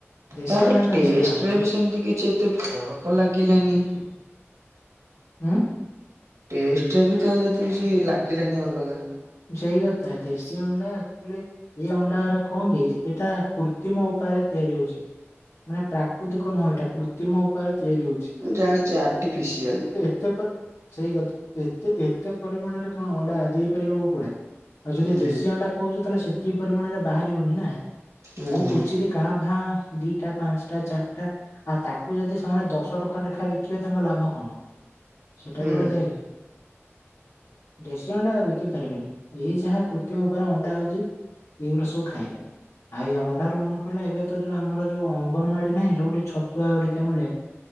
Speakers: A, on the left; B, on the right.
A: ଦେଶୀ
B: ତାପରେ
A: ଅଣ୍ଡା କାହିଁ
B: ଟଷ୍ଟରେ
A: ସେଟା ହବ ଯେ
B: ବି ସେମତି କିଛି ଏତେ ଫରକ ଲାଗିଲାନି।
A: ହୁଁ।
B: ଟେଷ୍ଟରେ ବି ତ ଏତେ କିଛି ଲାଗିଲାନି ଅଲଗା।
A: ସେଇ କଥା ଦେଶୀ ଅଣ୍ଡା ଆକଚୋଲି ଏଇ ଅଣ୍ଡାରା କଣ କି ଏଇଟା କୃତିମ ଉପାୟରେ ତିଆରି ହୋଉଚି। ନା ପ୍ରାକୃତିକ ନୁହଁ ଏଟା କୃତ୍ରିମ ଉପାୟରେ ତିଆରି ହୋଉଚି।
B: ମୁଁ ଜାଣିଚି ଆର୍ଟିଫିସିଆଲ୍।
A: ତ ଏପ ସେଇ କଥା ଏତେ ଏତେ ପରିମାଣରେ କଣ ଅଣ୍ଡା ଦେଇପାରିବେ କୁ କୁଡା ଆଉ ଯଦି
B: ହୁଁ
A: ଦେଶୀ ଅଣ୍ଡା କୋହୁଚ ତାହଲେ ସେତିକି ପରିମାଣରେ ବାହାରିବନି ନା
B: ହୁଁ
A: କୋଉ
B: ହୁଁ
A: କୋଚିତି କାଁ ଭାଁ ଦିଟା ପାଞ୍ଚଟା ଚାରଟା ଆଉ ତାକୁ ଯଦି ସେମାନେ ଦଶ ଟଙ୍କା ଲେଖା ବିକିବେ ତାଙ୍କ ଲାଭ କଣ? ସେଟା
B: ହୁଁ
A: ବି ଗୋଟେ ଦେଖେ ଦେଶୀ ଅଣ୍ଡା ବିକି ପାରିବେନି ଏଇ ଯାହା କୃତ୍ରିମ ଉପାୟରେ ଅଣ୍ଡା ଆଉଚି ଏଇଗୁରା ସବୁ ଖାଇବେ ଆ ଆ ଇଏ ଅଣ୍ଡାରୁ ମନେ ପଇଲା ଏବେ ତ ଯୋଉ ଆମର ଯୋଉ ଅଙ୍ଗନବାଡି ନାଇଁ ଯୋଉଠି ଛତୁଆ ଗୁଡିକା ମିଳେ